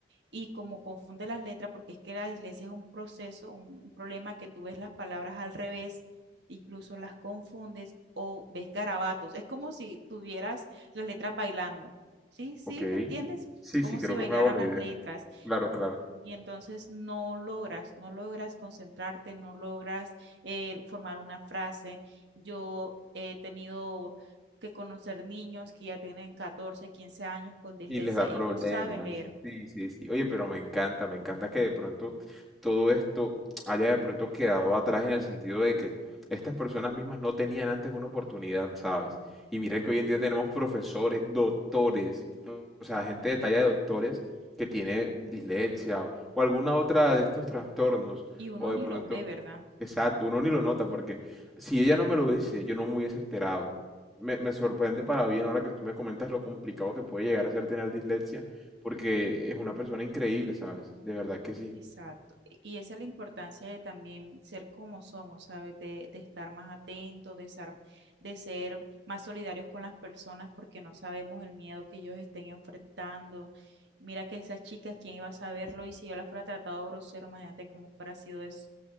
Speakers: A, on the right; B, in the centre.
A: y como confunde las letras, porque es que la dislexia es un proceso, un, un problema que tú ves las palabras al revés, incluso las confundes o ves garabatos. Es como si tuvieras las letras bailando. ¿Sí? ¿Sí?
B: Ok.
A: ¿Me entiendes?
B: Sí,
A: Como
B: sí, creo
A: si bailaran
B: que me hago la
A: las
B: idea.
A: letras.
B: Claro,
A: Y
B: claro.
A: y entonces no logras, no logras concentrarte, no logras eh, formar una frase. Yo he tenido que conocer niños que ya tienen 14 15 años con dislexia
B: Y les da problemas.
A: y no saben leer.
B: Sí, sí, sí. Oye, pero me encanta, me encanta que de pronto todo esto haya de pronto quedado atrás en el sentido de que estas personas mismas no tenían antes una oportunidad, ¿sabes? Y mira que hoy en día tenemos profesores, doctores, o o sea, gente de talla de doctores que tiene dislexia o, o alguna otra de estos trastornos,
A: Y uno
B: o de
A: ni
B: pronto,
A: los ve, ¿verdad?
B: exacto, uno ni lo nota porque si ella no me lo hubiese, yo no me hubiese enterado me, me sorprende para bien ahora que tú me comentas lo complicado que puede llegar a ser tener dislexia, porque es una persona increíble, ¿sabes? De verdad que sí.
A: Exacto. Y esa es la importancia de también ser como somos, ¿sabes? De, de estar más atentos, de ser, de ser más solidarios con las personas porque no sabemos el miedo que ellos estén enfrentando. Mira que esas chicas, ¿quién iba a saberlo? Y si yo las fuera tratado grosero, imagínate cómo fuera sido eso.